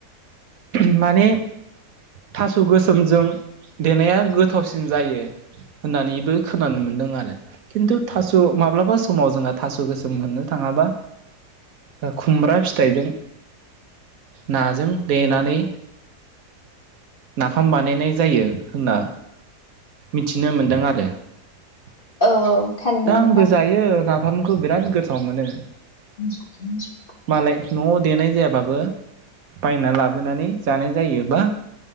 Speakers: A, on the right; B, on the left.
A: <inaudible> माने। थास' गोसोमजों देनाया गोथावसिन जायो। होननानैबो खोनानो मोन्दों आरो, खिन्थु थास' माब्लाबा समाव जोंहा थास' गोसोम मोननो थाङाबा ओ खुमब्रा फिथाइजों नाजों देनानै नाफाम बानायनाय जायो होनना मिथिनो मोनदों आरो। <inaudible>
B: औ औ थारैनो
A: दा
B: नोंथां
A: आंबो जायो नाफामखौ बिराद गोथाव मोनो।
B: <unintelligible>
A: मालाय न'आव देनाय जायाबाबो बायना लाबोनानै जानाय जायो। बा